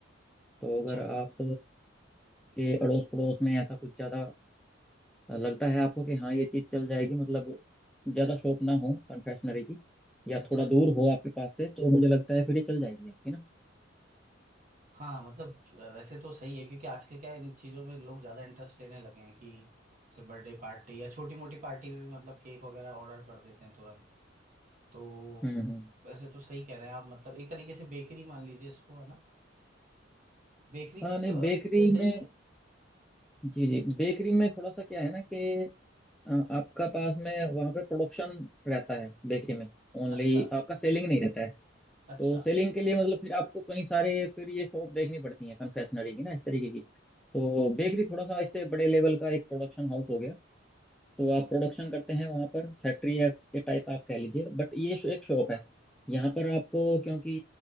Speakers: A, in the centre; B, on the right (about 45°).
A: तो
B: अच्छा
A: अगर आप के अड़ोस पड़ोस में ऐसा कुछ ज़्यादा लगता है आपको कि हाँ ये चीज़ चल जाएगी मतलब ज़्यादा शॉप ना हो कन्फेक्शनरी की या
B: अच्छा
A: थोड़ा दूर हो आपके पास से तो मुझे लगता है फिर ये चल जाएगी आपकी ना
B: हाँ मतलब वैसे तो सही है क्योंकि आजकल क्या है इन चीज़ों में लोग ज़्यादा इंटरेस्ट लेने लगे हैं कि जैसे बर्थडे पार्टी या छोटी मोटी पार्टी में भी मतलब केक वगैरह ऑर्डर कर देते हैं तुरंत तो
A: हम्म हम्म
B: वैसे तो सही कह रहे हैं आप मतलब एक तरीके से बेकरी मान लीजिए इसको है ना बेकरी
A: हाँ नहीं बेकरी
B: जैसा
A: में
B: ही है
A: जी जी बेकरी में थोड़ा सा क्या है ना कि अ, आपका पास में वहाँ पे प्रोडक्शन रहता है बेकरी में ओनली
B: अच्छा
A: आपका सेलिंग नहीं रहता है
B: अच्छा
A: तो सेलिंग के लिए मतलब फिर आपको कई सारे फिर ये शॉप देखनी पड़ती है कन्फेक्शनरी की ना इस तरीके की तो बेकरी थोड़ा सा इससे बड़े लेवल का एक प्रोडक्शन हाउस हो गया तो आप प्रोडक्शन करते हैं वहाँ पर फैक्ट्री या के टाइप आप कह लीजिए बट ये शो- एक शॉप है यहाँ पर आपको क्योंकि